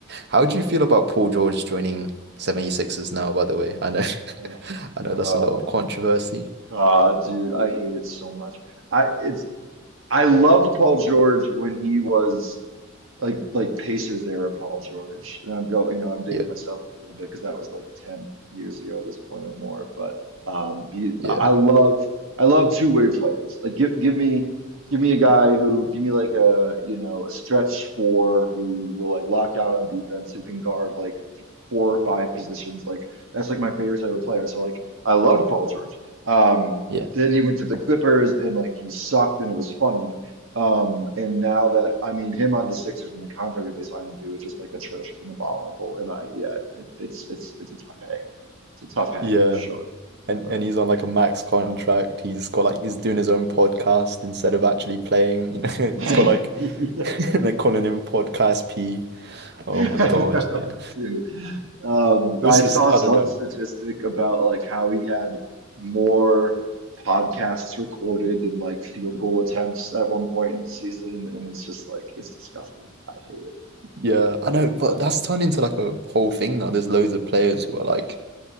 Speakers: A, on the right; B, on the right.
A: How do you feel about Paul George joining 76ers now, by the way? I know
B: Eh,
A: <laughs> I know
B: Oh
A: that's a lot
B: my
A: of controversy.
B: God, dude, I hate it so much. I it's I loved Paul George when he was. like like Pacers era Paul George. And I'm go, you know, I'm dating
A: Yeah,
B: myself here a little bit because that was like 10 years ago at this point or more. But um, he,
A: yeah,
B: I I love I love two-way players. Like give give me give me a guy who give me like a you know a stretch four who will like lock down on defense who can guard like four or five positions. Like that's like my favorite type of player. So like I loved Paul George. Um,
A: yeah.
B: then he went to the Clippers and like he sucked and it was funny. Um, and now that I mean him on the Sixers and the contract that they signed him to is just like atrocious and abominable. And I yeah, it, it's it's it's a tough hang. It's a tough hang
A: Yeah.
B: for sure.
A: And
B: But
A: and he's on like a max contract. He's got like he's doing his own podcast instead of actually playing. You know, <laughs> he's
B: <laughs>
A: got like
B: yeah,
A: <laughs> they're calling him Podcast P. Oh
B: I
A: my God,
B: know,
A: yeah.
B: dude. Um,
A: It
B: I
A: was just
B: saw
A: I
B: some
A: don't know.
B: statistic about like how he had more podcasts recorded than like field goal attempts at one point in the season, and it's just like it's disgusting. I hate it
A: Yeah,
B: really
A: I know, but
B: bad.
A: that's turned into like a whole thing now. There's loads of players who are like